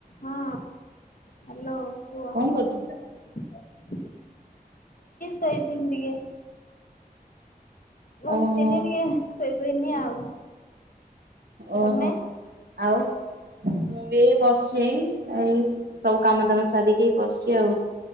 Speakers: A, on the left (about 60°); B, on the right (about 85°).
A: ହଁ ହାଲୋ। କୁହ
B: କଣ
A: ଏଇ
B: କରୁଥିଲ?
A: ଶୋଇଥିଲି ଟିକେ। ବସିଥିଲି
B: ଓହୋ
A: ଟିକେ ଶୋଇପଇଲି ଆଉ।
B: ଓହୋ
A: ତମେ?
B: ଆଉ ମୁଁବି ଏଇ ବସିଚି ଏଇ। ଏଇ ସବୁ କାମ ଦାମ ସାରିକି ବସିଚି ଆଉ